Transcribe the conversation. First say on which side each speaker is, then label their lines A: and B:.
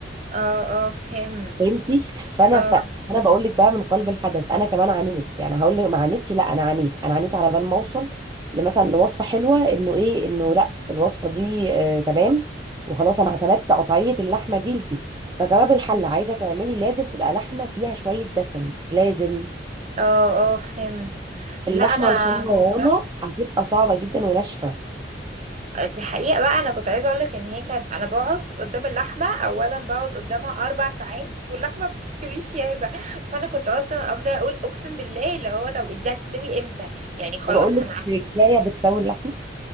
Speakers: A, on the right; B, on the right.
A: اه اه فهم
B: فهمتي فانا
A: اه
B: ف... انا بقول لك بقى من قلب الحدث انا كمان عانيت يعني هقول لك ما عانيتش لا انا عانيت انا عانيت على بال ما اوصل لمثلا لوصفه حلوه انه ايه انه لا الوصفه دي آه تمام وخلاص انا اعتمدت قطعيه اللحمه دي لتي فكباب الحله
A: مم.
B: عايزه تعملي لازم تبقى لحمه فيها شويه دسم لازم
A: اه اه فهم لا
B: اللحمه
A: انا
B: الحمراء
A: معرفش
B: يا رنا هتبقى صعبه جدا وناشفه
A: دي حقيقة بقى انا كنت عايزة اقولك ان هي كانت انا بقعد قدام اللحمة اولا بقعد قدامها اربع ساعات واللحمة ما بتستويش يا هبة فانا كنت اصلا افضل اقول اقسم بالله اللي هو طب دي هتستوي امتى يعني خلاص
B: بقول
A: انا
B: لك تركايه بتسوي اللحمه